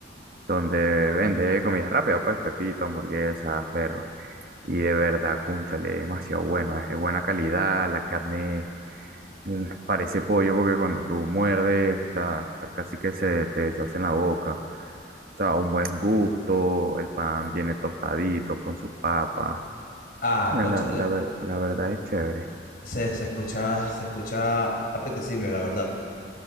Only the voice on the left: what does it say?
Ah,
cónchale,
se, se escucha, se escucha apetecible, la verdad.